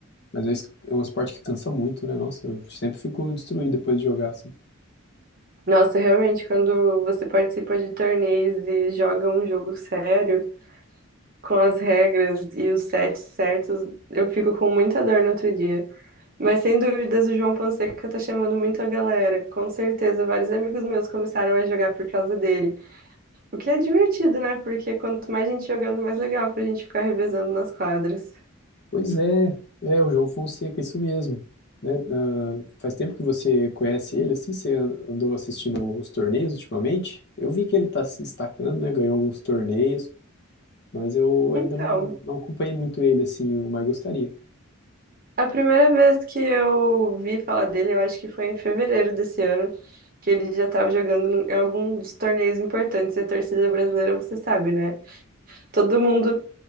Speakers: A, on the left; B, on the right.
A: Mas é es- é um esporte que cansa muito, né? Nossa, eu sempre fico destruído depois de jogar, assim.
B: Nossa, realmente, quando você participa de torneios e joga um jogo sério, com as regras e os sets certos, eu fico com muita dor no outro dia. Mas sem dúvidas, o João Fonseca tá chamando muito a galera. Com certeza, vários amigos meus começaram a jogar por causa dele. O que é divertido, né? Porque quanto mais gente jogando, mais legal pra gente ficar revezando nas quadras.
A: Pois é, é o João Fonseca, isso mesmo. Né? Ah, faz tempo que você conhece ele, assim, você andou assistindo os torneios ultimamente? Eu vi que ele tá se destacando, né? Ganhou alguns torneios, mas eu
B: Então.
A: ainda não, não acompanhei muito ele, assim, eu mais gostaria.
B: A primeira vez que eu vi falar dele, eu acho que foi em fevereiro desse ano, que ele já estava jogando no- em algum dos torneios importantes. E a torcida brasileira, você sabe, né? Todo mundo